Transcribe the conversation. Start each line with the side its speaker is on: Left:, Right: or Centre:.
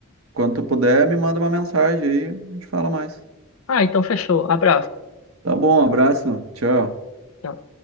Right: Quando tu puder, me manda uma mensagem aí, a gente fala mais.
Left: Ah, então fechou. Abraço.
Right: Tá bom, abraço. Tchau.
Left: Tchau.